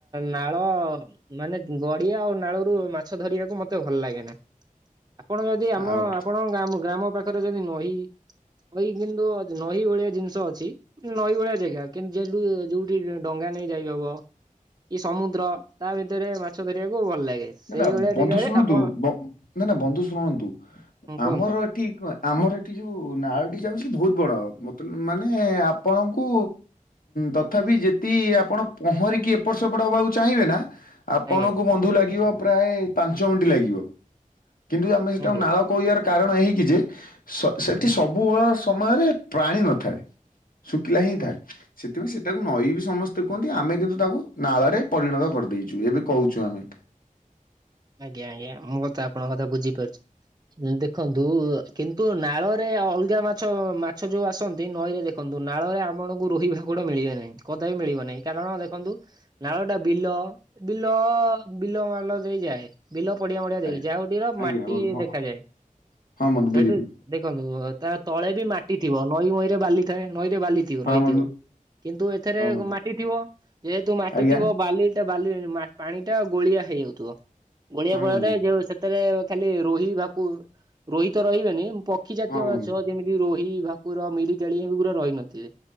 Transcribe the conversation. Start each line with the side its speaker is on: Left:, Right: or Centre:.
Right: ନାଳ ମାନେ ଗଡିଆ ଆଉ ନାଳରୁ ମାଛ ଧରିବା ମତେ ଭଲଲାଗେନା, ଆପଣ ଯଦି ଆମ
Left: ଆଉ
Right: ଆପଣଙ୍କ ଗ୍ରାମ ପାଖ ପାଖରେ ଯଦି ନଈ ଏଇ କିନ୍ତୁ ନଈ ଭଳିଆ ଜିନିଷ ଅଛି, ନଈ ଭଳିଆ ଜାଗା କିନ୍ତୁ ଯେଠୁ ଯୋଉଠି ଡଙ୍ଗା ନେଇ ଯାଇହବ କି ସମୁଦ୍ର, ତା ଭିତରେ ମାଛ ଧରିବାକୁ ଭଲ ଲାଗେ। ସେଇଭଳିଆ
Left: ନା ନା ବନ୍ଧୁ
Right: ଜାଗାରେ
Left: ଶୁଣନ୍ତୁ,
Right: ଆପଣ
Left: ନା ନା ବନ୍ଧୁ ଶୁଣନ୍ତୁ,
Right: ହଁ କୁହନ୍ତୁ
Left: ଆମର ଏଠି କଣ ଆମର ଏଠି ଯେଉଁ ନାଳଟି ଯାଉଛି ବହୁତ ବଡ଼, ମତ ମାନେ ଆପଣଙ୍କୁ ତଥାପି ଯେତିକି ଆପଣ ପହଁରିକି ଏପଟ ସେପଟ ହେବାକୁ ଚାହିଁବେ ନା ଆପଣଙ୍କୁ
Right: ଆଜ୍ଞା
Left: ବନ୍ଧୁ ଲାଗିବ ପ୍ରାୟ ପାଞ୍ଚ ମିନିଟ ଲାଗିବ। କିନ୍ତୁ ଆମେ ସେଠାକୁ
Right: ଆଜ୍ଞା।
Left: ନାଳ କହିବାର କାରଣ ଏହିକି ଯେ- ସେଠି ସବୁବେଳ ସମୟରେ ପ୍ରାଣୀ ନଥାଏ। ଶୁଖିଲା ହିଁ ଥାଏ, ସେଥିପାଇଁ ସେଟାକୁ ନଈ ବିି ସମସ୍ତେ କୁହନ୍ତି, ଆମେ କିନ୍ତୁ ତାକୁ ନାଳରେ ପରିଣତ କର ଦେଇଛୁ, ଏବେ କହୁଛୁ ଆମେ।
Right: ଆଜ୍ଞା, ଆଜ୍ଞା, ମୁଁ କଥା ଆପଣଙ୍କ କଥା ବୁଝିପାରୁଛି। ଦେଖନ୍ତୁ, କିନ୍ତୁ ନାଳରେ ଅଲଗା ମାଛ, ମାଛ ଯୋଉ ଆସନ୍ତି ନଈରେ ଦେଖନ୍ତୁ ନାଳରେ ଆପଣଙ୍କୁ ରୋହି ଭାକୁ଼ଡ଼ ମିଳିବେ ନାହିଁ କଦାପି ମିଳିବ ନାହିଁ କାରଣ ଦେଖନ୍ତୁ ନାଳଟା ବିଲ ବିଲ ବିଲ ମାଲ ଦେଇ ଯାଏ ବିଲ ପଡିଆ ମଡିଆ ଦେଇକି
Left: ଆଜ୍ଞା
Right: ଯାହା ହଉଠିର
Left: ଆଜ୍ଞା
Right: ମାଟି
Left: ବନ୍ଧୁ
Right: ଦେଖାଯାଏ
Left: ହଁ ହଁ ବନ୍ଧୁ
Right: ସେଇଠୁ
Left: ବୁଝିଲି
Right: ଦେଖନ୍ତୁ ତା ତଳେ ବି ମାଟି ଥିବ ନଈମଇ ରେ ବାଲି ଥାଏ ନଈ ବାଲିଥିବ
Left: ହଁ
Right: ରହିଥିବ
Left: ବନ୍ଧୁ
Right: କିନ୍ତୁ ଏଥିରେ
Left: ହଁ ବନ୍ଧୁ
Right: ମାଟି ଥିବ ଯେହେତୁ ମାଟି
Left: ଆଜ୍ଞା
Right: ଥିବ ବାଲିଟା ବାଲି ମା ପାଣି ଟା ଗୋଳିଆ ହେଇଯାଉଥିବ ଗୋଳିଆ
Left: ହଁ
Right: ଫଳରେ
Left: ବନ୍ଧୁ
Right: ଯୋଉ ସେଥିରେ ଖାଲି ରୋହି ଭାକୁ ରୋହି ତ ରହିବେନି ପକ୍ଷୀ ଜାତୀୟ
Left: ହଁ
Right: ମାଛ
Left: ବନ୍ଧୁ
Right: ଯେମିତି ରୋହି ଭା କୁର ମିରିିକାଳି ଏଗୁରା ରହିନଥିବେ